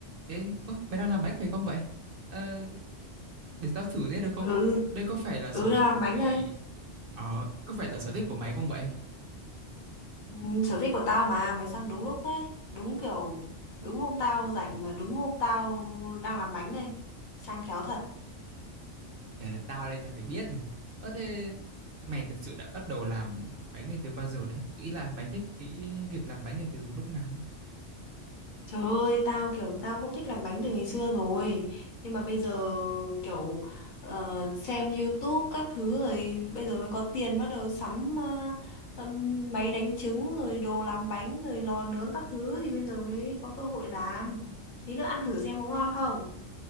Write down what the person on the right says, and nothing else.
Ê, ơ, mày đang làm bánh phải không vậy? Ờ, để tao thử thế được không?
Đây có phải là
sở
thích của mày...
Ờ, có phải là sở thích của mày không vậy?
Ờ, tao đây chả phải biết. Ơ thế mày thật sự đã bắt đầu làm bánh này từ bao giờ đấy? Ý là mày thích cái việc làm bánh này từ lúc nào á?